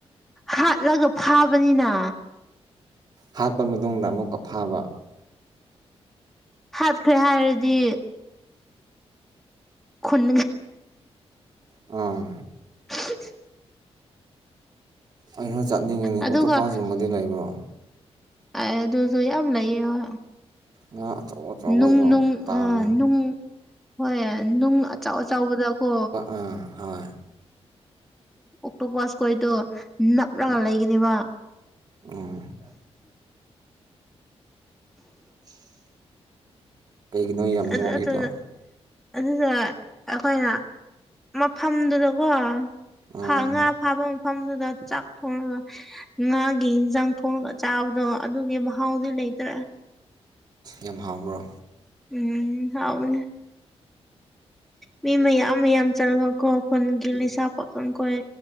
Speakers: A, in the centre; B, on the right (about 40°).
A: ꯍꯥꯠꯂꯒ ꯐꯥꯕꯅꯤꯅ
B: ꯍꯥꯠꯄ ꯃꯇꯨꯡꯗ ꯑꯃꯨꯛꯀ ꯐꯥꯕ
A: ꯍꯥꯠꯈ꯭ꯔꯦ ꯍꯥꯏꯔꯗꯤ ꯈꯟ
B: ꯑꯥ
A: <inaudible>
B: ꯑꯩꯅ ꯆꯠꯅꯤꯡꯉꯤꯅꯤ ꯑꯣꯇꯣ
A: ꯑꯗꯨꯒ
B: ꯄꯥꯁꯀꯨꯝꯕꯗꯤ ꯂꯩꯕ꯭ꯔꯣ
A: ꯑꯢ ꯑꯗꯨꯖꯨ ꯌꯥꯝ ꯂꯩꯌꯦ ꯍꯣ
B: ꯉꯥ ꯑꯆꯧ ꯑꯆꯧꯕꯗꯣ
A: ꯅꯨꯡ ꯅꯨꯡ
B: ꯄꯥꯝꯃꯦ
A: ꯑ ꯅꯨꯡ ꯍꯣꯏ ꯅꯨꯡ ꯑꯆꯥꯎ ꯑꯆꯥꯎꯕꯗꯀꯣ
B: ꯎꯝ ꯍꯣꯏ
A: ꯑꯣꯛꯇꯣꯄꯁꯀꯣꯏꯗꯣ ꯅꯞꯂꯒ ꯂꯩꯒꯅꯦꯕ
B: ꯎꯝ <unintelligible> ꯀꯩꯒꯤꯅꯣ ꯌꯥꯝ
A: ꯑ
B: ꯅꯣꯛꯏꯗꯣ
A: ꯑꯗꯨ ꯑꯗꯨꯗ ꯑꯩꯈꯣꯏꯅ ꯃꯐꯝꯗꯨꯗꯀꯣ
B: ꯑꯥ
A: ꯐ ꯉꯥ ꯐꯥꯕ ꯃꯐꯝꯗꯨꯗ ꯆꯥꯛ ꯊꯣꯡꯉꯒ ꯉꯥꯒꯤ ꯌꯦꯟꯁꯥꯡ ꯊꯣꯡꯉꯒ ꯆꯥꯕꯗꯣ ꯑꯗꯨꯒꯤ ꯃꯍꯥꯎꯗꯤ ꯂꯩꯇ꯭ꯔꯦ
B: ꯌꯥꯝ ꯍꯥꯎꯕ꯭ꯔꯥ
A: ꯎꯝ ꯍꯥꯎꯕꯅꯦ ꯃꯤ ꯃꯌꯥꯝ ꯃꯌꯥꯝ ꯆꯂꯒꯀꯣ ꯈꯨꯟꯒꯤ ꯂꯩꯁꯥ ꯄꯥꯈꯈꯣꯏ